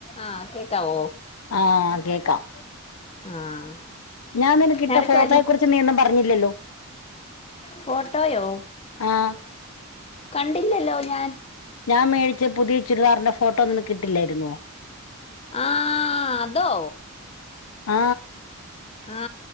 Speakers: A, on the left; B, on the left.
A: ആ കേ ക്കവോ
B: ആ കേക്കാം.
A: ആഹ്
B: ഞാൻ നിനക്കിട്ട
A: ഞാനെടുക്കുവായിരുന്നു
B: ഫോട്ടോയെ കുറിച്ച് നീയൊന്നും പറഞ്ഞില്ലല്ലോ.
A: ഫോട്ടോയോ?
B: ആഹ്
A: കണ്ടില്ലല്ലോ ഞാൻ.
B: ഞാൻ മേടിച്ച പുതിയ ചുരിദാറിന്റെ ഫോട്ടോ നിനക്കിട്ടില്ലേരുന്നോ?
A: ആഹ്.... അതോ
B: ആ
A: ആ